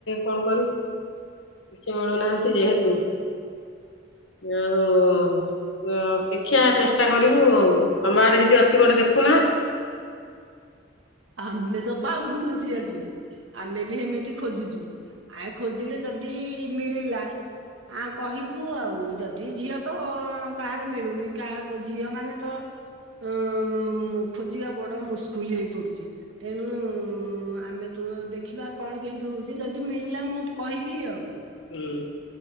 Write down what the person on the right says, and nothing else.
ଆମେ ତ ପାଉନୁ ଝିଅଟିଏ। ଆମେ ବି ଏମିତି ଖୋଜୁଛୁ ଆଉ ଖୋଜିଲେ ଯଦି ମିଳିଲା ଆଁ କହିିବୁ ଆଉ ଯଦି ଝିଅ ତ କାହାର ମିଳୁନି କାହାକୁ ଝିଅ ମାନେ ତ ଉ ଖୋଜିବା ବଡ ମୁସ୍କୁଲି ହେଇ ପଡୁଛି। ତେଣୁ ଆମେ ତୁ ଦେଖିବା କଣ କେମିତି ହେଉଛି ଯଦି ମିଳିଲା ମୁଁ କହିବି ଆଉ।